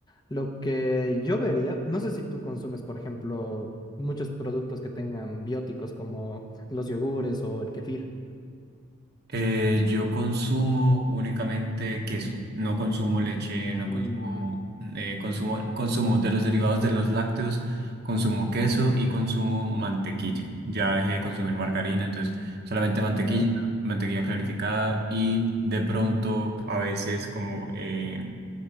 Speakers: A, on the left (about 20°); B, on the right (about 50°).
A: Lo que yo vería, no sé si tú consumes, por ejemplo, muchos productos que tengan bióticos como los yogures o el kefir.
B: Eh, yo consumo únicamente queso, no consumo leche, no
A: Mm,
B: consumo, eh, consumo, consumo de los derivados de los lácteos, consumo queso y consumo mantequilla. Ya dejé de consumir margarina, entonces solamente mantequilla,
A: ya,
B: mantequilla clarificada y de pronto a veces como, eh,